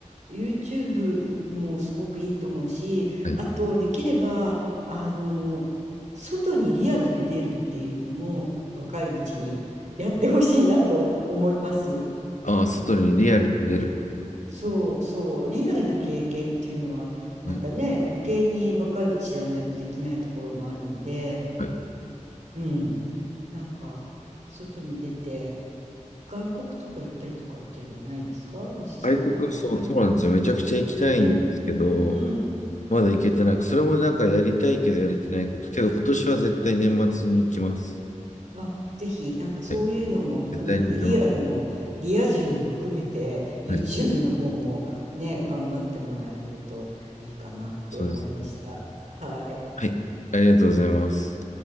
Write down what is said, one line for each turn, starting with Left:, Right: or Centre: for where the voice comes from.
Right: YouTube もすごくいいと思うし、
Left: はい。
Right: あと、できれば、あの、外にリアルで出るっていうのも、若いうちにやってほしいなと思います。
Left: ああ、外にリアルに出る。
Right: うん。そうそう、リアルな経験っていうのは、またね、
Left: はい。
Right: 余計に若いうちじゃないとできないところもあるので、
Left: はい。
Right: うん。なんか、外に出て、外国とか行ったりとかっていうのはないですか？もしそういうのがあったら。
Left: 外国、そう、そうなんですよ。めちゃくちゃ行きたいんですけど、
Right: ね、うん。
Left: まだ行けてなく、それもなんかやりたいけどやれてないこと。けど今年は絶対年末に行きます。
Right: あ、ぜひ、なんかそういうのも含めて、
Left: はい。絶対に行きます。
Right: リアルもリア充も含めて、YouTube
Left: はい。
Right: の方もね、頑張ってもらえるといいかなって思いました。
Left: そうです。
Right: はい。
Left: はい。ありがとうございます。